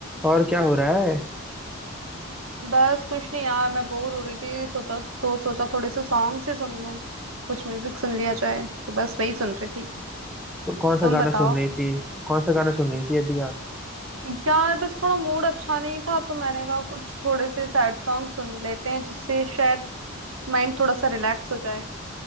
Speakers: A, in the centre; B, on the right (about 75°).
A: और क्या हो रहा है
B: बस कुछ नहीं यार मैं बोर हो रही थी सोचा तो सोचा थोड़े से सॉन्ग से सुन लूं कुछ म्यूजिक सुन लिया जाए तो बस वही सुन रही थी
A: तो कौन सा
B: तुम
A: गाना
B: बताओ
A: सुन रही थी कौन सा गाना सुन रही थी अभी आप
B: यार बस थोड़ा मूड अच्छा नहीं था तो मैंने कहा कुछ थोड़े से सैड सॉन्ग सुन लेते हैं जिससे शायद माइंड थोड़ा सा रिलैक्स हो जाए